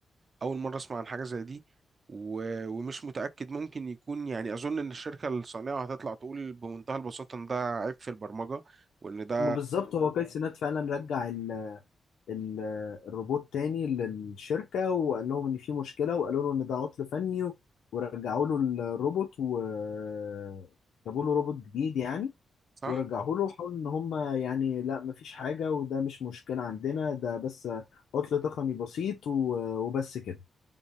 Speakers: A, on the right (about 45°); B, on the left (about 80°).
A: اول مره اسمع عن حاجه زي دي و... ومش متاكد ممكن يكون يعني اظن ان الشركه الصانعه هتطلع تقول بمنتهى البساطه ان ده عيب في البرمجه وان ده
B: ما بالظبط هو كايس سينات فعلا رجع ال ال الروبوت تاني للشركة وقال لهم إن في مشكلة وقالوا له إن ده عطل فني و- ورجعوا له الروبوت وجابوا له روبوت جديد يعني
A: صح
B: ورجعوا له وحاولوا إن هم يعني لا مفيش حاجة وده مش مشكلة عندنا ده بس عطل تقني بسيط و- وبس كده